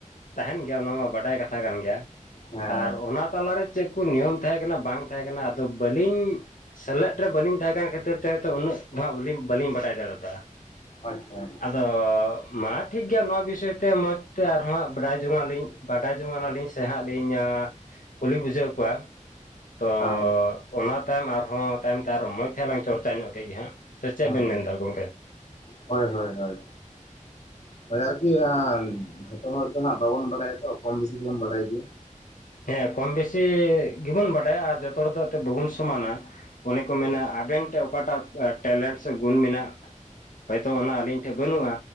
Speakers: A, on the left; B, on the left.
A: ᱛᱟᱦᱮᱱ ᱜᱮᱭᱟ ᱚᱱᱟ ᱢᱟ ᱵᱟᱰᱟᱭ ᱠᱟᱛᱷᱟ ᱠᱟᱱ ᱜᱮᱭᱟ᱾
B: ᱦᱮᱸ ᱦᱮᱸ
A: ᱟᱨ ᱚᱱᱟ ᱛᱟᱞᱟ ᱨᱮ ᱪᱮᱫ ᱠᱚ ᱱᱤᱭᱚᱢ ᱛᱟᱦᱮᱸ ᱠᱟᱱᱟ ᱵᱟᱝ ᱛᱟᱦᱮᱸ ᱠᱟᱱᱟ ᱟᱫᱚ ᱵᱟᱹᱞᱤᱧ ᱥᱮᱞᱮᱫ ᱨᱮ ᱵᱟᱹᱞᱤᱧ ᱛᱟᱦᱮᱸ ᱠᱟᱱ ᱠᱷᱟᱹᱛᱤᱨ ᱛᱮ ᱩᱱᱟᱹᱜ ᱵᱟᱹᱞᱤᱧ ᱵᱟᱰᱟᱭ ᱫᱟᱲᱮ ᱟᱫᱟ᱾
B: ᱟᱪᱪᱷᱟ
A: ᱟᱫᱚ ᱢᱟ ᱴᱷᱤᱠ ᱜᱮᱭᱟ ᱱᱚᱣᱟ ᱵᱤᱥᱚᱭ ᱛᱮ ᱢᱚᱡᱽ ᱛᱮ ᱟᱨᱦᱚ ᱦᱟᱸᱜ ᱵᱟᱰᱟᱭ ᱡᱚᱝ ᱟᱹᱞᱤᱧ᱾ ᱵᱟᱰᱟᱭ ᱡᱚᱝᱟᱱᱟᱞᱤᱧ ᱥᱮ ᱦᱟᱸᱜ ᱞᱤᱧ ᱠᱩᱞᱤ ᱵᱩᱡᱷᱟᱹᱣ ᱠᱚᱣᱟ ᱛᱚ
B: ᱦᱮᱸ
A: ᱚᱱᱟ ᱛᱟᱭᱚᱢ ᱟᱨᱦᱚᱸ ᱛᱟᱭᱚᱢ ᱛᱮ ᱟᱨᱦᱚ ᱢᱚᱡᱽ ᱛᱮ ᱞᱟᱝ ᱪᱚᱨᱪᱟ ᱧᱚᱜ ᱠᱮᱫ ᱜᱮ ᱦᱟᱸᱜ ᱥᱮ ᱪᱮᱫ
B: ᱦᱮᱸ
A: ᱵᱮᱱ ᱢᱮᱱᱫᱟ ᱜᱚᱝᱠᱮ
B: ᱦᱳᱭ ᱦᱳᱭ ᱦᱳᱭ ᱦᱳᱭ ᱟᱨᱠᱤ ᱡᱷᱚᱛᱚ ᱦᱚᱲ ᱫᱚ ᱦᱟᱸᱜ ᱵᱟᱵᱚᱱ ᱵᱟᱲᱟᱭᱟ ᱛᱚ ᱠᱚᱢ ᱵᱮᱥᱤ ᱫᱚ ᱵᱚᱱ ᱵᱟᱲᱟᱭ ᱜᱮᱭᱟ᱾
A: ᱦᱮᱸ ᱠᱚᱢ ᱵᱮᱥᱤ ᱜᱮᱵᱚᱱ ᱵᱟᱰᱟᱭᱟ ᱟᱨ ᱡᱚᱛᱚ ᱦᱚᱲ ᱫᱚ ᱮᱱᱛᱮ ᱵᱟᱵᱚᱱ ᱥᱚᱢᱟᱱᱟ᱾ ᱚᱱᱮ ᱠᱚ ᱢᱮᱱᱟ ᱟᱵᱮᱱ ᱴᱷᱮᱱ ᱚᱠᱟᱴᱟᱜ ᱴᱮᱞᱮᱱᱴ ᱥᱮ ᱜᱩᱱ ᱢᱮᱱᱟᱜ-ᱟ᱾ ᱦᱚᱭᱛᱳ ᱚᱱᱟ ᱟᱹᱞᱤᱧ ᱴᱷᱮᱱ ᱵᱟᱹᱱᱩᱜᱼᱟ᱾